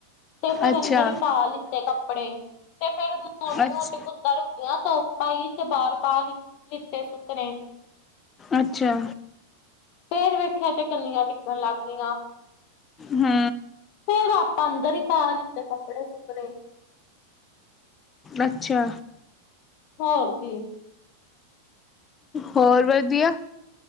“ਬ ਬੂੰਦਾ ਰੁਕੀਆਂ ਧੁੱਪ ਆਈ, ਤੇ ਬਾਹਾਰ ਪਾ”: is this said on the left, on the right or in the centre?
Left